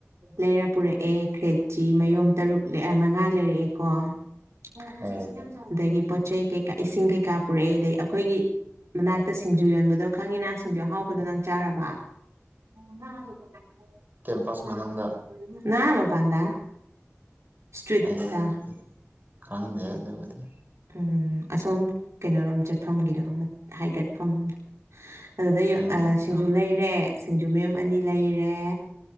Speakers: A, on the right; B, on the right.
A: ꯂꯩꯔ ꯄꯨꯔꯛꯑꯦ ꯈ꯭ꯔꯦꯆꯤ ꯃꯌꯣꯝ ꯇꯔꯨꯛ ꯃꯉꯥ ꯂꯩꯔꯛꯑꯦꯀꯣ <unintelligible>
B: ꯑꯣ
A: ꯑꯗꯒꯤ ꯄꯣꯠ ꯆꯩꯩ ꯀꯩꯀꯥ ꯏꯁꯤꯡ ꯀꯩꯀꯥ ꯄꯨꯔꯛꯑꯦ ꯑꯗꯩ ꯑꯩꯈꯣꯏꯒꯤ ꯃꯅꯥꯛꯇ ꯁꯤꯡꯖꯨ ꯌꯣꯟꯕꯗꯣ ꯈꯪꯉꯤꯅ ꯁꯤꯡꯖꯨ ꯑꯍꯥꯎꯕꯗꫭ ꯅꯪ ꯆꯥꯔꯕ <unintelligible>
B: ꯀꯦꯝꯄꯁ ꯃꯅꯨꯡꯗ
A: ꯅꯥ ꯃꯄꯥꯟꯗ ꯏꯁꯇ꯭ꯔꯤꯠꯇ
B: ꯑꯩ ꯑꯗꯨꯕꯨꯗꯤ ꯈꯪꯗꯦ ꯑꯗꯨꯕꯨꯗꯤ
A: ꯎꯝ ꯑꯁꯣꯝ ꯀꯩꯅꯣꯔꯣꯝ ꯆꯠꯐꯝꯒꯤꯗꯣ ꯑꯃ ꯍꯥꯏꯒꯠꯐꯝꯗꫭ ꯑꯗꯨꯗ ꯌꯥ
B: ꯎꯝ
A: ꯑꯥ ꯁꯤꯡꯖꯨ ꯂꯩꯔꯦ ꯁꯤꯡꯖꯨ ꯃꯌꫭꯝ ꯑꯅꯤ ꯂꯩꯔꯦ